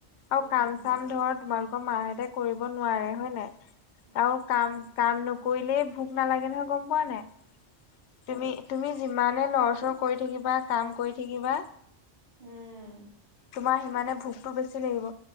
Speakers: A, on the left (about 70°); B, on the right (about 35°).
A: আৰু
B: উম।
A: কাম - চাম ধৰ তোমালোকৰ মাহঁতে কৰিব নোৱাৰে হয় নে?
B: উম
A: আৰু কাম কাম নকৰিলেই ভোক নালাগে নহয় গম পোৱা নাই? তুমি তুমি যিমানে লৰচৰ কৰি থাকিবা কাম কৰি থাকিবা
B: উম।
A: তোমাৰ সিমানে ভোকটো বেছি লাগিব